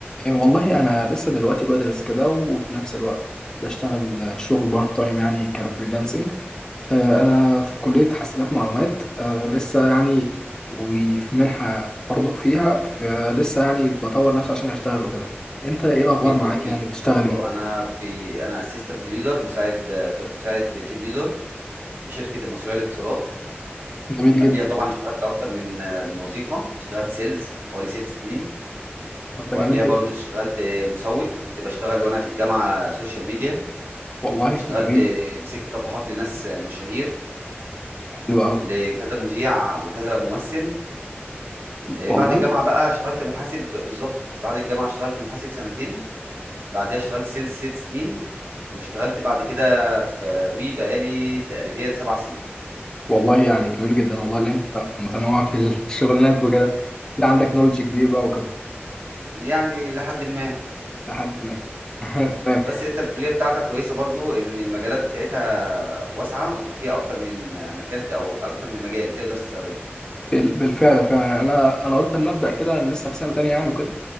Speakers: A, on the left; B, on the right.
A: إيه والله أنا لسه دلوقتي بدرس كده وفي نفس الوقت بشتغل شغل بارت تايم يعني كفريلانسنج آه، أنا في كلية حاسبات معلومات آه، لسه يعني وفي منحة برضه فيها فلسه يعني بطور نفسي عشان أشتغل وكده أنت إيه الأخبار
B: بالتوفيق
A: معاك يعني بتشتغل
B: ان شاء الله
A: إيه؟
B: انا في انا اسيستنت ليدر مساعد ف- مساعد تيم ليدر في شركه المصريه للاتصالات
A: جميل
B: قبليها
A: جدا
B: طبعا اشتغلت اكتر من من وظيفه اشتغلت سيلز حوالي ست سنين
A: طب ده
B: وقبليها
A: جميل جدا
B: برضو اشتغلت مسوق كنت بشتغل وانا في الجامعه سوشيال ميديا
A: والله
B: اشتغلت
A: جميل
B: مسكت صفحات لناس مشاهير
A: حلو أوي
B: لكذا مذيع وكذا ممثل بعد
A: والله
B: الجامعه بقى اشتغلت محاسب بالظبط بعد الجامعه اشتغلت محاسب سنتين بعدها اشتغلت سيلز ست سنين واشتغلت بعد كده في وي بقالي تقريبا سبع سنين
A: والله يعني جميل جدا والله اللي أنت متنوع في الشغلانات وكده أكيد عندك نولج كبير بقى وكده
B: يعني لحد ما
A: لحد ما <laughs> تمام
B: بس انت الكلية بتاعتك كويسة برضو ان المجالات بتاعتها واسعة وفيها اكتر من مكان ت- او اكتر من مجال تقدر تستخدمه
A: بال- بالفعل فعلا يعني انا انا قلت اما ابدا كده انا لسه في سنه تانية يعني وكده